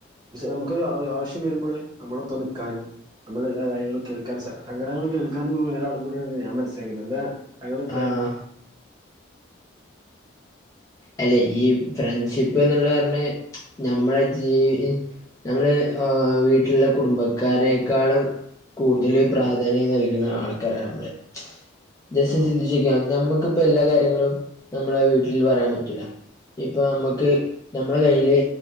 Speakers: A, on the right (about 20°); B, on the left (about 15°).
A: അമ്മക്ക് അ ആവശ്യം വെരുമ്പള് അമ്മളൊപ്പം നിക്കാനും അമ്മളെല്ലാ കാര്യം കേൾക്കാന് സഹാ സങ്കടങ്ങള് കേൾക്കാനും ഒരാളും കൂടിയാണ് ഞാൻ മനസ്സിലാക്കിയത് എന്താ താങ്കൾടെ അഭിപ്രായം?
B: ആഹ് അല്ലെ ഈ ഫ്രണ്ട്ഷിപ്പ്ന്ന്ള്ള് പർഞ്ഞ് ഞമ്മളെ ജീവി ഞങ്ങള് വീട്ടില്ള്ള കുടുംബക്കാരേക്കാളും കൂട്തല് പ്രാധാന്യം നൽക്ണ ആൾക്കാരാ അമ്മള് ജസ്റ്റ്
A: ആ
B: ചിന്തിച്ചോക്ക്യാ ഞമ്മക്ക്പ്പം എല്ലാ കാര്യങ്ങളും ഞമ്മളെ വീട്ടില് പറയാൻ പ റ്റുല ഇപ്പ അമ്മക്ക് ഞമ്മളെ കയ്യില്